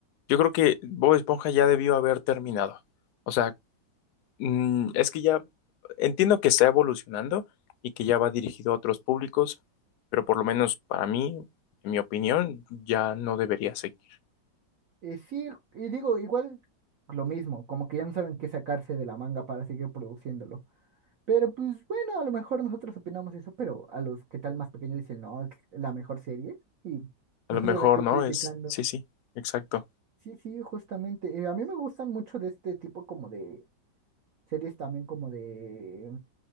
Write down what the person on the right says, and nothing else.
Eh, sí, y digo, igual lo mismo, como que ya no saben qué sacarse de la manga para seguir produciéndolo. Pero pues bueno, a lo mejor nosotros opinamos eso, pero a los que tal más pequeños dicen, no, es la mejor serie. Y <laughs>
nosotros
de aquí
criticando.
Sí, sí, justamente. Eh, a mí me gustan mucho de este tipo como de series también como de...